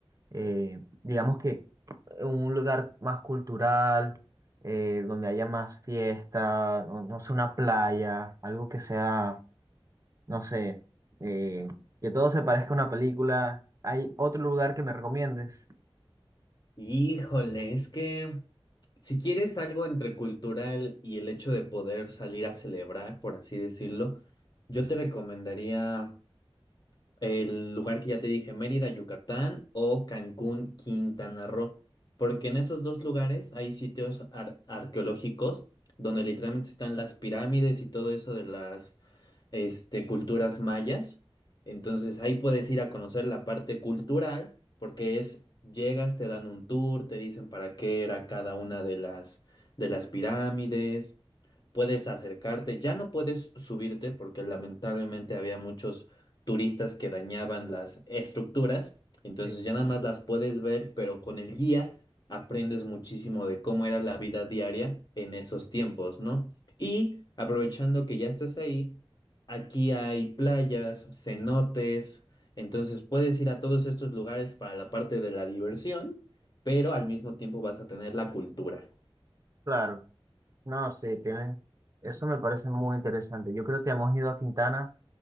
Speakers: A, on the right; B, on the left.
A: eh, digamos que un lugar más cultural, eh, donde haya más fiesta, no, no sé, una playa, algo que sea, no sé, eh, que todo se parezca a una película. ¿Hay otro lugar que me recomiendes?
B: Híjole, es que si quieres algo entre cultural y el hecho de poder salir a celebrar, por así decirlo, yo te recomendaría... El lugar que ya te dije, Mérida, Yucatán o Cancún, Quintana Roo. Porque en esos dos lugares hay sitios ar- arqueológicos donde literalmente están las pirámides y todo eso de las este, culturas mayas. Entonces ahí puedes ir a conocer la parte cultural porque es, llegas, te dan un tour, te dicen para qué era cada una de las, de las pirámides. Puedes acercarte, ya no puedes subirte porque lamentablemente había muchos turistas que dañaban las estructuras. Entonces
A: Sí,
B: ya nada más las puedes ver, pero con el guía aprendes muchísimo de cómo era la vida diaria en esos tiempos, ¿no? Y aprovechando que ya estás ahí, aquí hay playas, cenotes, entonces puedes ir a todos estos lugares para la parte de la diversión, pero al mismo tiempo vas a tener la cultura.
A: Claro. No, sí, tienes. Eso me parece muy interesante. Yo creo que hemos ido a Quintana,